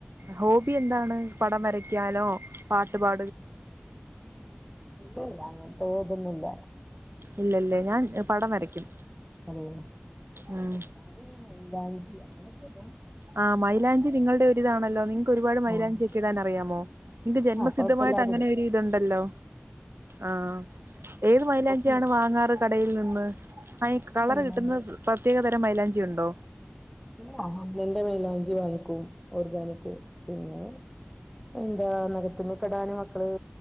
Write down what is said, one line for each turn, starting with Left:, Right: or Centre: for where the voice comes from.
Right: ഹോ ബി എന്താണ് പടം വരയ്ക്കാനോ പാട്ട് പാ
Centre: ഇല്ലില്ലാ അങ്ങ ഏയ് അതൊന്നുല്ല.
Right: ഇല്ലല്ലേ ഞാൻ പടം വരയ്ക്കും
Centre: അതെ
Right: ഉം
Centre: ഞാനീ മൈലാഞ്ചി അങ്ങനൊക്കെ ഇടും.
Right: ആഹ് മൈലാഞ്ചി നിങ്ങളുടെ ഒരിതാണല്ലോ നിങ്ങക്ക് ഒരുപാട് മൈലാഞ്ചിയൊക്കെ
Centre: ആഹ്
Right: ഇടാൻ അറിയാമോ? നിങ്ങക്ക് ജന്മസിദ്ധമായിട്ട്
Centre: ആഹ് കൊഴപ്പല്ലാതെ
Right: അങ്ങനെ
Centre: ഇടും
Right: ഒരിതുണ്ടല്ലോ ആഹ് ഏത് മൈലാഞ്ചിയാണ്
Centre: കൊഴപ്പല്ല
Right: വാങ്ങാറ് ക കടയിൽ നിന്ന് ആ ഈ കളർ
Centre: ഒന്നെന്റെ
Right: കിട്ടുന്ന പ്രത്യേകത ന്റെ മൈലാഞ്ചി ഉണ്ടോ
Centre: ഇല്ല ഹംലന്റെ മൈലാഞ്ചി വാങ്ങിക്കും ഓർഗാനിക് പിന്നെ എന്താ നഖത്തിമ്മെ ക്കെടാന് മക്കള്